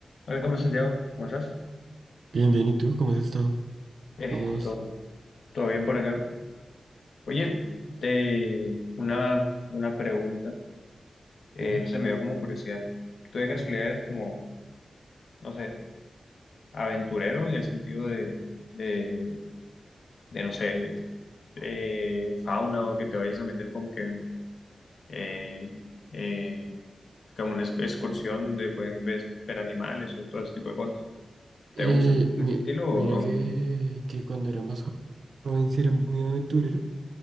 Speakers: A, on the left; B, on the right.
A: Hola, cómo estás Santiago? ¿Cómo estás?
B: Bien, bien, ¿y tú? ¿Cómo has estado?
A: Esto,
B: ¿Cómo vas?
A: ¿todo bien por acá? Oye, te, una, una pregunta, eh,
B: Dime.
A: no sé, me dio como curiosidad. ¿Tú de casualidad eres como, no sé, aventurero en el sentido de, de, de, no sé, eh, fauna o que te vayas a meter como que en eh, eh, como una ex- excursión donde pueden ver, ver animales o todo ese tipo de cosas? ¿Te
B: Eh,
A: gusta como
B: mi-
A: ese estilo
B: mira
A: o,
B: que,
A: o- no?
B: que cuando era más joven sí era muy aventurero,